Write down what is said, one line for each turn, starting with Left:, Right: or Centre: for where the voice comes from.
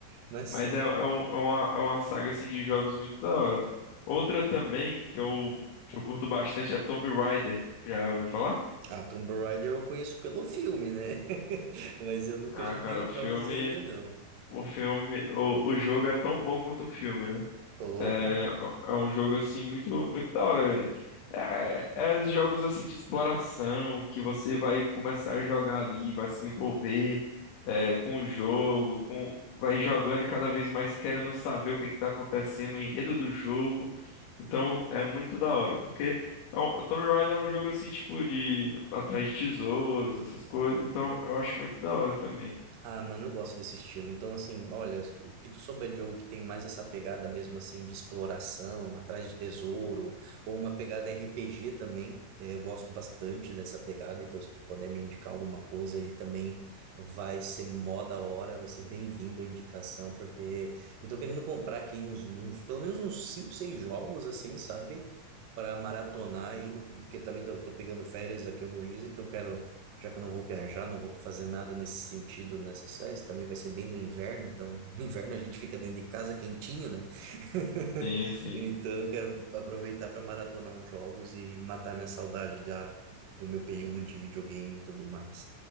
Right: Mas
Left: Mas é, é, um- é uma, é uma saga assim de jogos muito da hora. Outra também que eu, que eu curto bastante é Tomb Raider. Já ouviu falar?
Right: ah, Tomb Raider eu conheço pelo filme, né? <laughs> Mas eu nunca
Left: Ah,
Right: joguei
Left: cara, o
Right: os
Left: filme,
Right: jogos ainda, não.
Left: o filme, o, o jogo é tão bom quanto o filme, né?
Right: Opa!
Left: É, é um jogo assim muito muito da hora. É, é é jogos assim de exploração que você vai começar a jogar ali, vai se envolver é, com o jogo, com vai jogando e cada vez mais querendo saber o que está acontecendo, o enredo do jogo. Então é muito da hora, porque é um- o Tomb Raider é um jogo assim tipo de atrás de tesouros, essas coisas. Então eu acho muito da hora também.
Right: Ah, mano, eu gosto desse estilo. Então, assim, olha, o que tu souber de jogo que tem mais essa pegada mesmo, assim, de exploração, atrás de tesouro, ou uma pegada RPG também, eh, eu gosto bastante dessa pegada. Então, se tu puder me indicar alguma coisa aí também, vai ser mó da hora, vai ser bem-vindo a indicação, porque eu tô querendo comprar aqui uns, uns- pelo menos uns 5 6 jogos, assim, sabe? Para maratonar aí, no- porque também tô, tô pegando férias daqui a alguns dias, então quero já que eu não vou viajar, não vou fazer nada nesse sentido nessas férias, também vai ser bem no inverno, então <laughs> no inverno a gente fica dentro de casa quentinho, né? <laughs>
Left: Sim, sim.
Right: Então eu quero aproveitar para maratonar uns jogos e matar minha saudade da, do meu período de videogame e tudo mais.